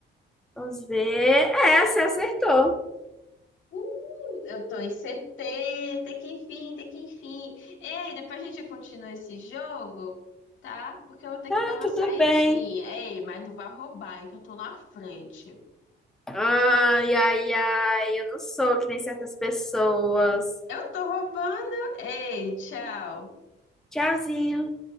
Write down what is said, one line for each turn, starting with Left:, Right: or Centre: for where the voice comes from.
Centre: vamos ver. É, você acertou.
Left: Uh, eu tô em CT, tem que enfim, tem que enfim. Ei, depois a gente continua esse jogo, tá? Porque eu vou ter
Centre: Ah,
Left: que dar uma
Centre: tudo
Left: saidinha.
Centre: bem.
Left: Ei, mas não vá roubar, hein, que eu tô na frente.
Centre: Ai, ai, ai, eu não sou que nem certas pessoas.
Left: Eu tô roubando? Ei, tchau.
Centre: Tchauzinho.